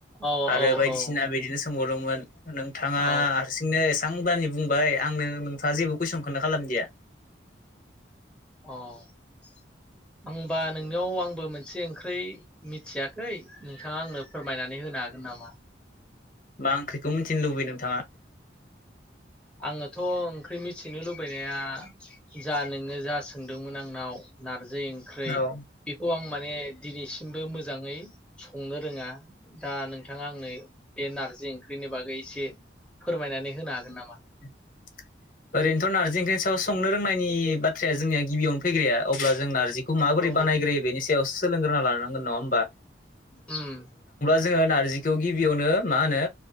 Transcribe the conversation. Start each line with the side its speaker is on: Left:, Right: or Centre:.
Centre: औ
Left: आरो
Centre: औ
Left: बायदिसिना
Centre: औ
Left: बिदिनो सोंबावदोंमोन नोंथाङा
Centre: औ
Left: हारसिंनो एसे आं बानि बुंबाय आंनो नोंथाङा जेबो कुइसनखौनो खालामदिया
Centre: अ आंबा नोंनियाव आंबो मोनसे ओंख्रि मिथियाखै नोंथाङा आंनो फोरमायनानै होनो हागोन नामा
Left: मा ओंख्रिखौ मिन्थिनो लुबैयो नोंथाङा
Centre: आङोथ' ओंख्रि मिथिनो लुबैनाया जा नोङो जा सोंदोंमोन आंनाव नारजि नारजि ओंख्रै
Left: औ
Centre: बेखौ आं मा बे दिनैसिमबो मोजाङै संनो रोङा दा नोंथाङा आंनो बे नारजि ओंख्रिनि बागै एसे फोरमायनानै होनो हागोन नामा
Left: <unintelligible> नारजि ओंख्रिनि सायाव संनो <unintelligible> बुंनायनि बाथ्राया जोंनिया गिबियावनो फैग्राया अब्ला जों नारजि खौ माबोरै
Centre: औ
Left: बानायग्रोयो बेनि सायावसो सोलोंग्रोना लानां गोन नङा होनबा
Centre: उम
Left: जोङो नारजिखौ गिबियावनो मा होनो